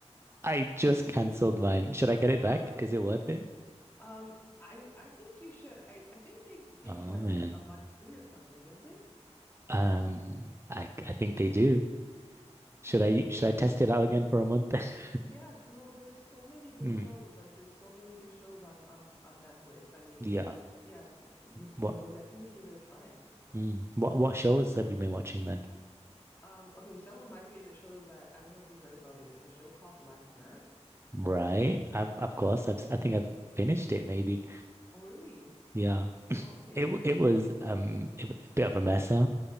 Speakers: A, on the right; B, on the left.
A: I just canceled mine. Should
B: Uh,
A: I get it back? Is it worth it?
B: um, I I think you should. I I think they give
A: Oh
B: you like
A: man.
B: a, a month free or something, don't they?
A: Um, I I think they do. Should I should I test it out again for a month? <laughs>
B: Yeah, no, there's so many good
A: Mm,
B: shows. Like there's so many good shows on on on Netflix. I mean,
A: yeah.
B: yeah, you,
A: What
B: you know, definitely give it a try.
A: mm, what what shows have you been watching then?
B: Um, okay, some of my favorite shows that I don't know if you heard about it. It's a show called Black Mirror.
A: Right. I've of course I've I think I've finished it maybe.
B: Oh, really?
A: Yeah,
B: Okay.
A: it w- it was um it w- a bit of a mess, huh?